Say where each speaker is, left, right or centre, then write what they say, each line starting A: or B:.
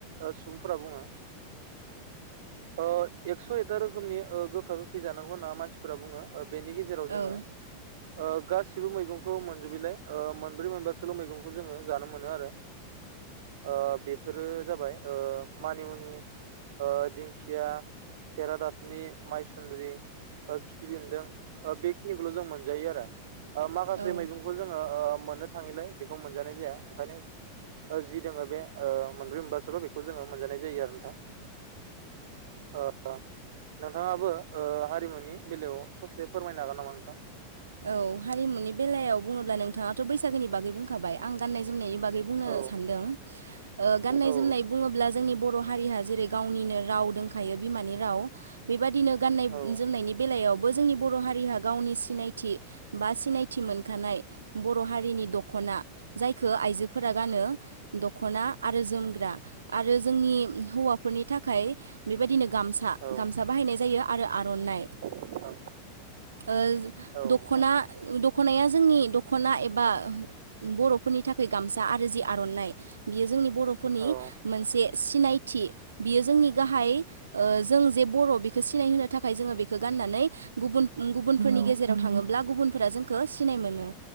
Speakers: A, on the right (about 55°); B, on the right (about 70°).
A: ओ सुबुंफोरा बुङो ओ एक्स' एकथा रोखोमनि ओ गोखा गोखै जानांगौ होनना मानसिफोरा बुङो ओ बेनि गेजेराव
B: औ
A: जोङो ओ गासिबो मैगंखौ मोनजोबैलाय ओ मोनब्रै मोनबासोल' मैगंखौल' जोङो जानो मोनो आरो। ओ बेफोरो जाबाय ओ मानिमुनि, ओ दिंखिया, केेरादाफिनि माइसुन्द्रि ओ खिफि बेन्दों ओ बेखिनिखौल' जों मोनजायो आरो। ओ माखासे
B: औ
A: मैगंखौ जोङो ओ मोननो थाङिलाय बेखौ मोनजानाय जाया ओंखायनो ओ जि दोङो बे ओ मोनब्रै मोनबासोल' बेखौ जोङो मोनजानाय जायो आरो नोंथां। ओ नोंथाङाबो ओ हारिमुनि बेलायाव ससे फोरमायनो हागोन नामा नोंथां?
B: औ हारिमुनि बेलायाव बुङोब्ला नोंथाङाथ' बैसागोनि बागै बुंखाबाय आं गानाय जोमनायनि बागै बुंनो
A: औ
B: सानदों ओ गानायनाय
A: औ
B: बुङोब जोंनि बर हा रिया जेरै गावनिनो राव दंखायो बिमानि राव बेबादिनो गाननाय
A: औ
B: जोमनायनि बेलायावबो जोंनि बर' हारिया गावनि सिनाय थि बा सिनायथि मोनखानाय बर' हारिनि दख'ना जायखो आइजोफोरा गा नो दख'ना आरो जोमग्रा, आरो जोंनि हौवाफोरनि थाखाय बेबायदिनो गामसा
A: औ
B: गामसा बाहायनाय जायो आरो आर'नाइ।
A: औ।
B: ओ
A: नोंथां
B: दखना दख'नाया जोंनि दख'ना एबा बर'फोरनि थाखाय गामसा आरो जि आर'नाइ बियो जोंनि बर'फोरनि
A: औ
B: मोनसे सिनायथि। बियो जोंनि गाहाय ओ जों जे बर' बेखौ सिनायहोनो थाखाय जोङो बेखो गाननानै गुबुन गुबुनफोरनि
A: औ
B: गेजेर आव थाङोब्ला गुबुन जोंखो सिनाय मोनो।